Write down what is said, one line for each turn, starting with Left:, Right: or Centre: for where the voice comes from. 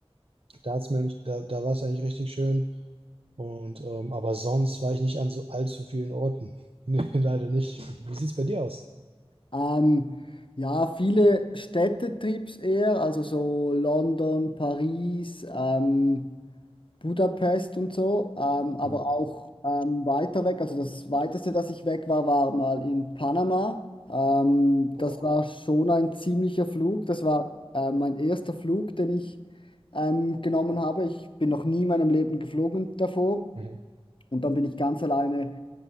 Right: Staatsmönch, da, da war es eigentlich richtig schön. Und ähm, aber sonst war ich nicht an so allzu vielen Orten. <laughs> Nee, leider nicht. Wie sieht's bei dir aus?
Left: Ähm, ja, viele Städtetrips eher, also so London, Paris, ähm, Budapest und so, ähm, aber
Right: Mhm.
Left: auch ähm, weiter weg. Also das weiteste, dass ich weg war, war mal in Panama. Ähm,
Right: Boah.
Left: das war schon ein ziemlicher Flug. Das war äh, mein erster Flug, den ich ähm, genommen habe. Ich bin noch nie in meinem Leben geflogen davor.
Right: Mhm.
Left: Und dann bin ich ganz alleine